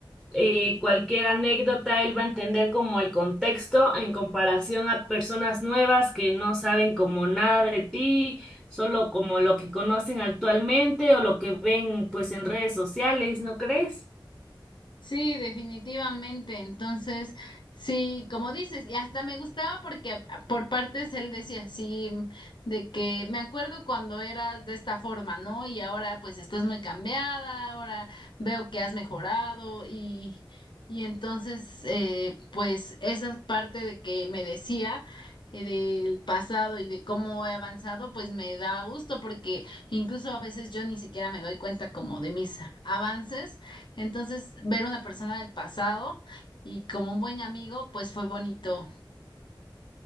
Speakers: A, in the centre; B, on the left.
A: eh, cualquier anécdota, él va a entender como el contexto en comparación a personas nuevas que no saben como nada de ti, solo como lo que conocen actualmente o lo que ven pues en redes sociales, ¿no crees?
B: Sí, definitivamente. Entonces, sí, como dices, y hasta me gustaba porque a- a- por partes él decía así, de que me acuerdo cuando eras de esta forma, ¿no? Y ahora pues estás muy cambiada, ahora veo que has mejorado y, y entonces, eh, pues esa parte de que me decía eh, del pasado y de cómo he avanzado, pues me daba gusto porque incluso a veces yo ni siquiera me doy cuenta como de mis avances entonces, ver una persona del pasado y como un buen amigo, pues fue bonito.